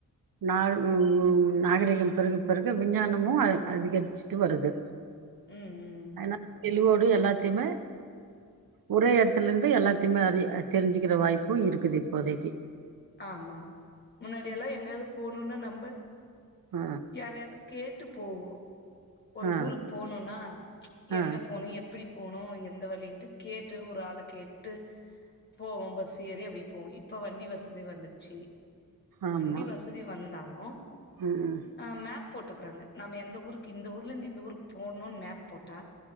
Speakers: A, on the right; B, on the left.
A: நா ம் ம் ம் நாகரீகம் பெறுக பெறுக விஞ்ஞானமு அ அதிகரிச் சுட்டு வருது
B: ம் ம்
A: அதனால தெளிவோடு எல்லாத்தையுமே ஒரே எடத்துலந்து எல்லாத்திமே அறி தெரிஞ்சுக்கிற வாய்ப்பு இருக்குது இப்போதைக்கி
B: ஆமா முன்னாடியெல்லா எங்கேயாது போணுன்னா நம்ப
A: ஆ
B: யாரயாது கேட்டு போவோ ஒரு
A: ஆ
B: ஊருக்கு போணுன்னா எங்க
A: ஆ
B: போணு எப் ப்டி போணு எந்த வழின்ட்டு கேட்டு ஒரு ஆள கேட்டு போவோ பஸ் ஏறி அப்டி போவோ இப்ப வண்டி வசதி வந்துர்ச்சி
A: ஆமா
B: வண்டி வசதி வந்தாலு
A: ம் ம்
B: அங்க மேப் போட்டுக்றாங்க நம்ம எந்த ஊருக்கு இந்த ஊர்லருந்து இந்த ஊருக்கு போணுன் மேப் போட்டா